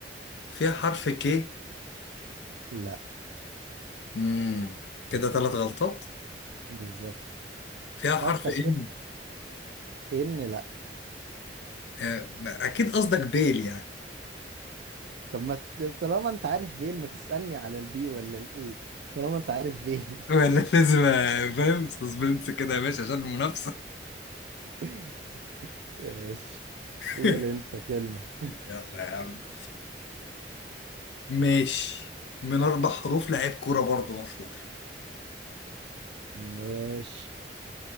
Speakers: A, on the left; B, on the right.
A: فيها حرف كي
B: لا
A: امم كده ثلاث غلطات
B: بالظبط
A: فيها حرف
B: فكر
A: ان
B: كده ان لا
A: آه ما- اكيد قصدك بيل يعني
B: طب ما ت- طالما انت عارف بيل ما تسألني على البي ولا الاي طالما انت عارف بيل
A: <laughs> ولا لازم آه، فاهم سسبنس كده يا باشا عشان المنافسة
B: <laughs> ماشي قول
A: <laughs>
B: انت كلمة
A: يلا يا عم ماشي من اربع حروف لعيب كورة برضه مشهور
B: ماشي